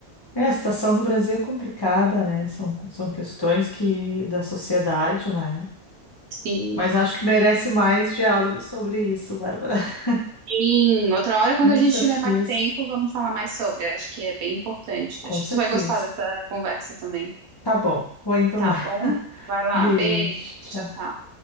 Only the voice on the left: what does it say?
é, a situação do Brasil é complicada, né? São, são questões que da sociedade, né?
Mas acho que merece mais diálogo sobre isso, Bárbara. <laughs>
Com
certeza,
com
certeza.
Tá bom, vou indo
lá.
Beijo,
tchau.